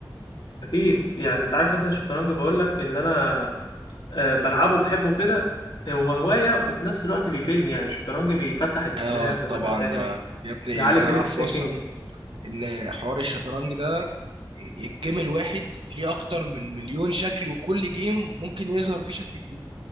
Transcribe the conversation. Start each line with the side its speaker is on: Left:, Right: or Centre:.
Left: اكيد يعني انت
Right: إن
Left: عارف
Right: أنت...
Left: مثلا الشطرنج بقول لك ان انا آه، بلعبه وبحبه كده هو هواية وفي نفس الوقت بيفيدني يعني الشطرنج بيفتح الدماغ
Right: آه
Left: زي
Right: طبعا
Left: ما انت فاهم
Right: ده يا ابني
Left: بيعلي
Right: اللي أنا
Left: كريتيف
Right: عارفه
Left: ثينكينج
Right: أصلا إن حوار الشطرنج ده الجيم الواحد ليه أكتر من مليون شكل وكل جيم ممكن يظهر فيه شكل جديد